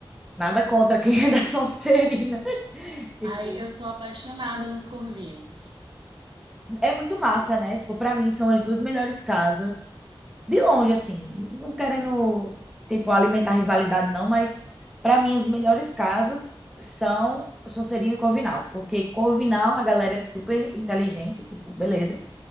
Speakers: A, in the centre; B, on the right (about 60°).
A: nada contra quem <laughs> é da Sonserina. Tipo,
B: Aí eu sou apaixonada nos corvinos.
A: é muito massa, né? Tipo, pra mim são as duas melhores casas. De longe, assim, não querendo, tipo, alimentar rivalidade, não, mas para mim as melhores casas são Sonserina e Corvinal, porque Corvinal a galera é super inteligente, tipo, beleza.